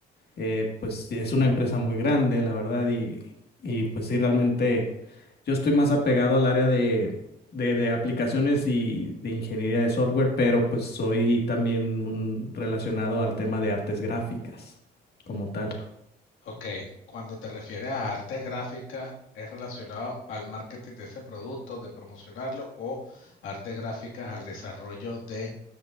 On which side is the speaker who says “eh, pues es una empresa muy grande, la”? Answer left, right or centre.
Left